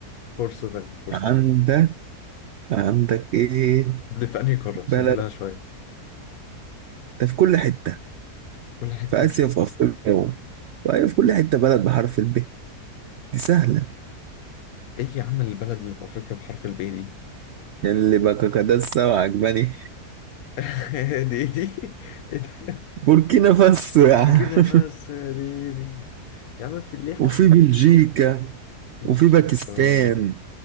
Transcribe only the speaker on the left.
فرصة تانية فرصة
أخيرة
دي في أنهي قارة سهلها
شوية
في كل حتة
ايه يا عم البلد اللي في أفريقيا بحرف البي دي
<laughs> دي دي ايه ده <laughs>
بوركينا
فاسو
يا ديني يا عم في ليه حد
في
بلجيكا
كمان